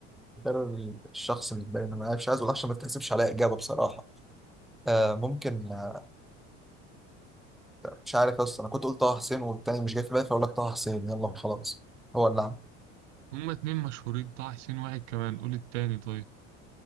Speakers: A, in the centre; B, on the right.
A: غير ال- الشخص اللي باين انا مش عايز اقول عشان ما تحسبش عليا اجابه بصراحه آه ممكن آه مش عارف اصلا انا كنت قلت طه حسين والتاني مش جاي في بالي فاقول لك طه حسين يلا وخلاص هو اللي عمل
B: <laughs> هما اتنين مشهورين طه حسين واحد كمان قول التاني طيب